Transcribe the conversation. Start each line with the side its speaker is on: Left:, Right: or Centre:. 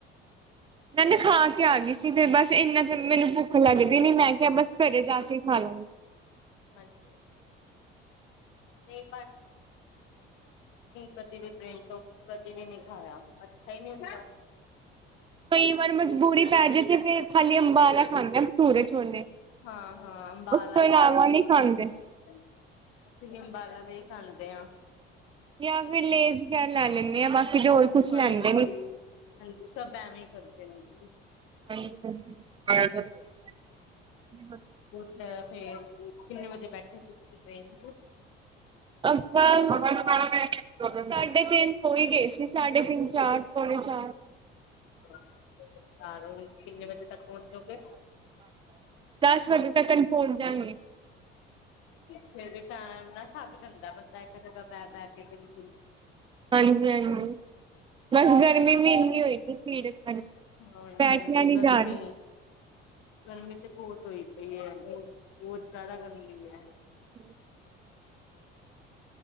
Right: ਮੈਂ ਨਾ ਖਾ ਕੇ ਆਗੀ ਸੀ ਫਿਰ ਬੱਸ ਇੰਨਾ ਤੇ ਮੈਨੂੰ ਭੁ ਖ ਲੱਗਦੀ ਨੀ ਮੈਂ ਕਿਆ ਬਸ ਘਰੇ ਜਾ ਕੇ ਖਾ ਲਾਂਗੀ।
Left: ਹਾਂਜੀ <inaudible> ਨੀ ਕਦੇ ਵੀ ਟ੍ਰੇਨ ਤੋਂ। ਕਦੀ ਨੀ ਖਾਇਆ ਅੱਛਾ ਈ ਨੀ ਹੁੰਦਾ।
Right: ਕਈ ਵਾਰ ਮਜਬੂਰੀ ਪੈਜੇ ਤੇ ਫੇਰ ਖਾਲੀ ਅੰਬਾਲਾ ਖਾਂਦੇ ਪਟੁਰੇ ਛੋਲੇ।
Left: ਹਾਂ ਹਾਂ ਅੰਬਾਲਾ
Right: ਉਸ ਤੋਂ ਇਲਾਵਾ
Left: ਤੇ ਅਸੀੇ ਵੀ।
Right: ਨਹੀਂ ਖਾਂਦੇ।
Left: <unintelligible> ਅਸੀਂ ਵੀ ਅੰਬਾਲਾ ਦੇ ਈ ਖਾਂਦੇ ਆ।
Right: ਜਾਂ ਫਿਰ ਲੇਜ ਗੇਲ ਲੈ ਲੈਂਨੇ ਆ ਬਾਕੀ ਜੋ ਹੋਰ ਕੁਛ
Left: ਹਾਂਜੀ
Right: ਲੈਂਦੇ ਨੀ।
Left: ਹਾਂਜੀ ਸਭ ਐਵੇਂ ਈ ਕਰਦੇ ਨੇ ਜੀ।
Right: <inaudible>
Left: <unintelligible> ਤੇ ਫੇਰ ਕਿੰਨੇ ਵਜੇ ਬੈਠੇ ਸਈ ਤੁਸੀ ਟ੍ਰੇਨ ਚ।
Right: ਆਪਾ। <inaudible> ਸਾਢੇ ਤਿੰਨ ਹੋਈ ਗਏ ਸੀ ਸਾਢੇ ਤਿੰਨ ਚਾਰ ਪੌਣੇ ਚਾਰ।
Left: <unintelligible> ਕਿੰਨੇ ਵਜੇ। ਤੱਕ ਪਹੁੰਚੋਗੇ?
Right: ਦਸ ਵਜੇ ਤੱਕਨ ਪੌਚ ਜਾਗੇ।
Left: ਫੇ ਵੀ ਟਮ ਨਾ ਥੱਕ ਜਂਦਾ ਬੰਦਾ ਇੱਕ ਜਗ੍ਹਾ ਬੈ ਬਹਿ ਕੇ ਬਿਲਕੁਲ।
Right: ਹਾਂਜੀ ਹਾਂਜੀ ਬਸ ਗਰਮੀ ਵੀ ਇੰਨੀ ਹੋਈ ਸੀ ਭੀੜ।
Left: ਹਾਂ ਹਾਂਜੀ
Right: ਬੈਠਿਆ
Left: ਹਾਂਜੀ
Right: ਨੀ
Left: ਗਰਮੀ।
Right: ਜਾ ਰਿਹਾ
Left: ਗਰਮੀ ਤੇ ਬਹੁਤ ਹੋਈ ਪਈ ਹੈ ਬਹੁਤ ਜ਼ਿਆਦਾ ਗਰਮੀ ਹੈ।
Right: ਹਮ।